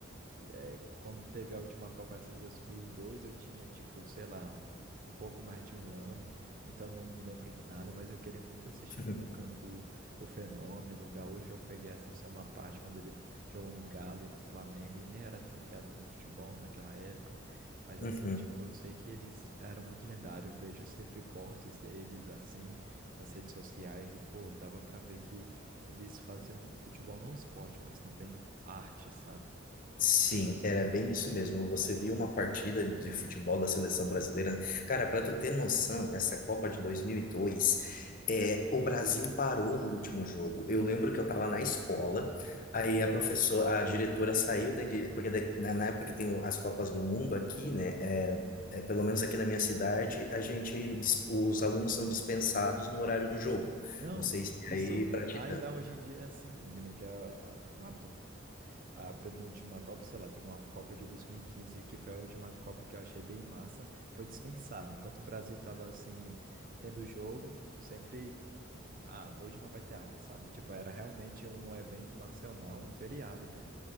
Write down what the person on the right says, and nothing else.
É, quando teve a última Copa, essa de 2002 eu tinha, tipo, sei lá, um pouco mais de um ano, então não me lembro de nada, mas eu queria muito assistir
no campo o, o Fenômeno, o Gaúcho. Eu peguei, assim, só uma parte quando ele f- jogou no Galo e no Flamengo, e nem era tão ligado no futebol naquela época, mas
assim, tipo, eu sei que eles eram muito lendários, eu vejo sempre cortes deles, assim, nas redes sociais, e, pô, dava pra ver que eles faziam no futebol não esporte, mas também arte, sabe?
Não,
Não,
isso
ainda hoje em dia é assim. Eu me lembro que a, a, uma po- a penúltima Copa, sei lá, teve uma Copa de 2015 que foi a última Copa que eu achei bem massa, foi dispensada. Enquanto o Brasil tava assim, tendo jogo, sempre. Ah, hoje não vai ter aula, sabe? Tipo, era realmente um evento nacional, um feriado, né?